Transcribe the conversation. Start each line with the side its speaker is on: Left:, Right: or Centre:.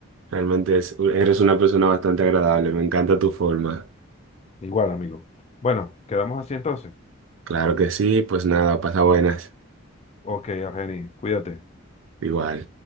Right: Realmente es- eres una persona bastante agradable, me encanta tu forma.
Left: Igual, amigo. Bueno, quedamos así entonces.
Right: Claro que sí, pues nada, pasa buenas.
Left: Ok, Argeni, cuídate.
Right: Igual.